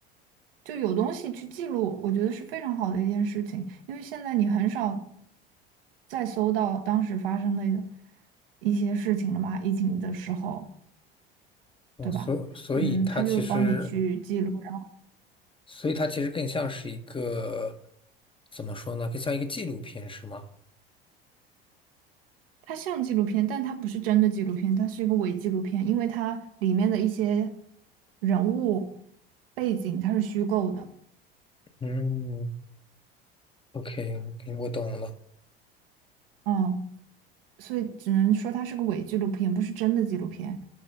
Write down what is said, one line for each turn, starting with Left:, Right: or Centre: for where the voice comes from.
Right: 就有东西去记录，我觉得是非常好的一件事情，因为现在你很少再搜到当时发生的一些事情了嘛，疫情的时候。
Left: 哦，
Right: 对吧？
Left: 所所以它其实，
Right: 嗯，他就帮你去记录，然后
Left: 所以它其实更像是一个怎么说呢？更像一个纪录片，是吗？
Right: 它像纪录片，但它不是真的纪录片，它是一个伪纪录片，因为它里面的一些人物背景它是虚构的，
Left: 嗯，OK，OK，我懂了。
Right: 嗯，所以只能说它是个伪纪录片，不是真的纪录片。